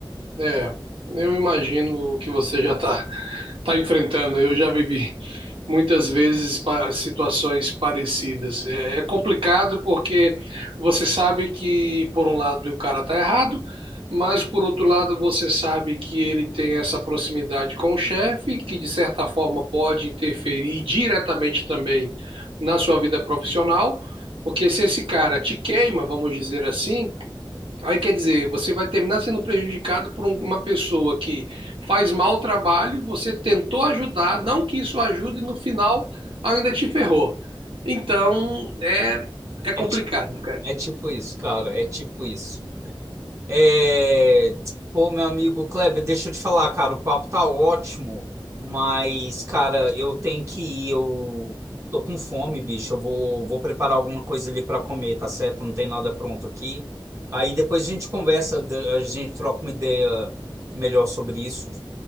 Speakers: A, on the right; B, on the right.
A: É, eu imagino o que você já está tá enfrentando. Eu já vivi muitas vezes pa- situações parecidas. É, é complicado porque você sabe que, por um lado, o cara está errado, mas, por outro lado, você sabe que ele tem essa proximidade com o chefe, que, de certa forma, pode interferir diretamente também na sua vida profissional. Porque se esse cara te queima, vamos dizer assim. Aí quer dizer, você vai terminar sendo prejudicado por um- uma pessoa que faz mal o trabalho, você tentou ajudar, não que isso ajude, e no final ainda te ferrou. Então é, é complicado,
B: É tipo,
A: cara.
B: é tipo isso, cara, é tipo isso. É... Pô, meu amigo Kleber, deixa eu te falar, cara, o papo tá ótimo, mas, cara, eu tenho que ir, eu tô com fome, bicho, eu vou, vou preparar alguma coisa ali pra comer, tá certo? Não tem nada pronto aqui. Aí depois a gente conversa, de- a gente troca uma ideia melhor sobre isso,